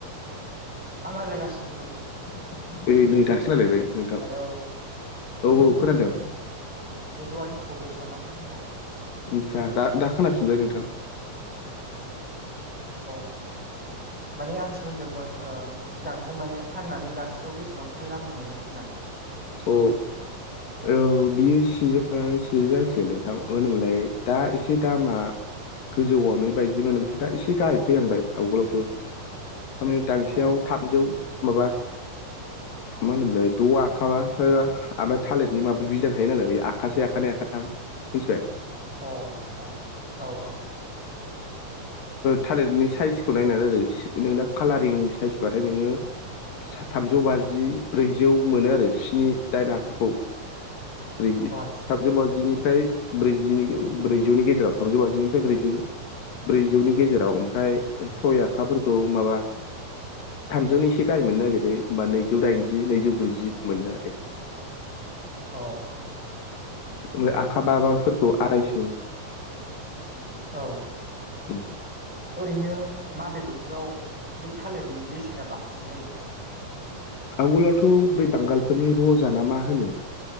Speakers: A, in the centre; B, on the left (about 75°).
A: आं रायलायगासिनोथ' नोंथां
B: <inaudible> नै नै दासो जालायबाय नोंथां।
A: हेलौ
B: औ औ खोनादों ।
A: नेटवार्कनि प्रब्लेम नामाथाय होनोमबा ।
B: आसा दा दा खोनाफिनबाय नोंथां ।
A: अ ।
B: <inaudible>
A: माने आंसो होनदोंमोन बिदांखौ माने फाननानै दांसेयाव बेसेबांसो रां मोनो होननानै ।
B: औ । औ बियो सिजोन लानानै सिजेन जासिगोन नोंथां होनोमोनलाय दा एसे दामा गोजौआवनो बायदिमोनो ओमफ्राय दा एसे गाहाय फैनांबाय आवगोलावथ' थारमाने दांसेयाव
A: औ
B: थामजौ माबा मा होनोमलाय दआ आबा ओमफ्राय थालिरनि माबा गदां थायो नालाय बे आखसे आखानै आखाथाम मिथिबाय ।
A: अ अ औ औ ।
B: थालिरनि साइजखौ नायनानै आरो नोंना कालारिं साइसबाथाय नोङो । सा थामजौ बाजि ब्रैजौ मोनो आरो । स्नि दाइन आखाखौ ब्रैजि
A: आदसा
B: थामजौ बाजिनिफ्राय ब्रैजिनि ब्रैजौनि गेजेराव थामजौ बाजिनिफ्राय ब्रैजौनि ब्रैजौनि गेजेराव ओमफ्राय सय आफोरखौ माबा थामजौनि एसे गाहाय मोननो नागिरदों एखमबा नैजौ दाइनजि नैजौ गुजि मोनो आरो ।
A: अ अ ।
B: ओमफ्राय आखा बाबाफोरखौ आरायस' ।
A: औ ।
B: <inaudible>
A: ओरैनो माबे बोथोराव बे थालिरनि बेसेना बांसिन जायो?
B: आवगोलावथ' बै बांगालफोरनि रजाना मा होनो